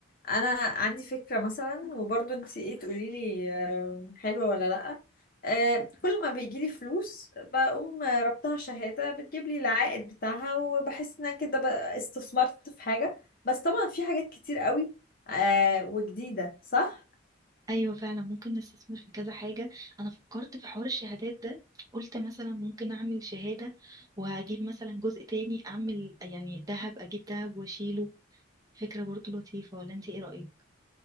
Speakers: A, on the left; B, on the right.
A: انا عندي فكرة مثلا وبرضه انت ايه تقولي لي آه حلوة ولا لا آه كل ما بيجي لي فلوس بقوم آه، ربطها شهادة بتجيب لي العائد بتاعها وبحس ان أنا كده بقى استثمرت في حاجة بس طبعا في حاجات كتير قوي آه وجديدة صح
B: ايوه فعلا ممكن نستثمر في كذا حاجه انا فكرت في حوار الشهادات ده قلت مثلا ممكن اعمل شهاده واجيب مثلا جزء تاني اعمل يعني ذهب اجيب ذهب واشيله فكرة برضو لطيفة ولا انت ايه رأيك